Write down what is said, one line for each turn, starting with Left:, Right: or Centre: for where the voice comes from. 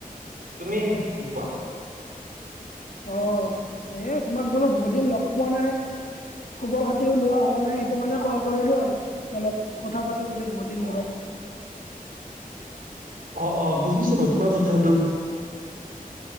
Right: তুমি উম কোৱা?
Left: অ' এ, তোমাক বোলো বহুত দিন লগ পোৱা নাই। খবৰ খাতিও লোৱা হোৱা নাই সেইটো কাৰণে কল কৰিলো আৰু অলপ কথা পাত টো বুলি বহুত দিন
Right: অ',
Left: মূৰত।
Right: অ', অ' বুজিছো মই তোমাৰ কথাটো।